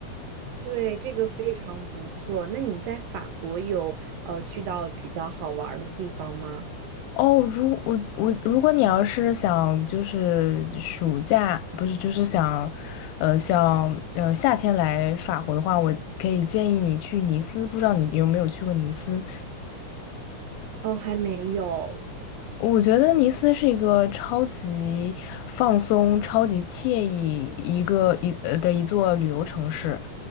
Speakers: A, on the right; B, on the left.
A: 对，这个非常不错。那你在法国有呃去到比较好玩儿的地方吗？
B: 哦，如我我，如果你要是想就是暑假，不是就是想，呃，像呃夏天来法国的话，我可以建议你去尼斯，不知道你有没有去过尼斯？
A: 哦，还没有。
B: 我觉得尼斯是一个超级放松、超级惬意一个一呃的一座旅游城市。